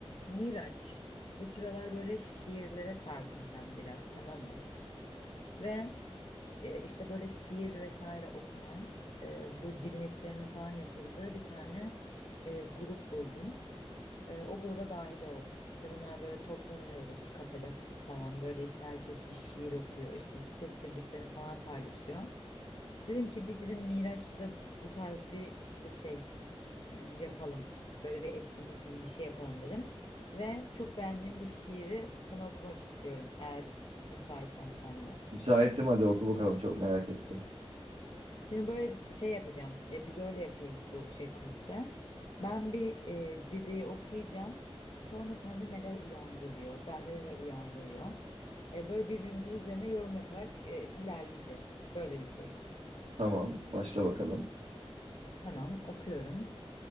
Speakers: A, on the left; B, on the right.
A: Miraç. Bu sıralar böyle şiirlere sardım ben biraz tamam mı? Ve e, işte böyle şiir vesaire okunan e, bu dinletilerinin falan yapıldığı bir tane e, grup buldum. E, o gruba dahil oldum. İşte bunlar böyle toplanıyoruz kafede falan böyle işte herkes bir şiir okuyor. işte hissettirdiklerini falan paylaşıyor. Dedim ki bir dedim Miraç'ta da bu tarz bir işte şey Hmm, yapalım. Böyle bir etkinlik gibi bir şey yapalım dedim. Ve çok beğendiğim bir şiiri sana okumak istiyorum eğer müsaitsen sen de.
B: Müsaitim hadi oku bakalım çok merak ettim.
A: Şimdi böyle şey yapacağım. Ya biz öyle yapıyoruz bu şey kulüpte. Ben bir e, dizeyi okuyacağım. Sonra sende neler uyandırıyor, bende neler uyandırıyor. E, böyle birbirimizin üzerine yorum yaparak e, ilerleyeceğiz. Böyle bir şey.
B: Tamam başla bakalım.
A: Tamam, okuyorum.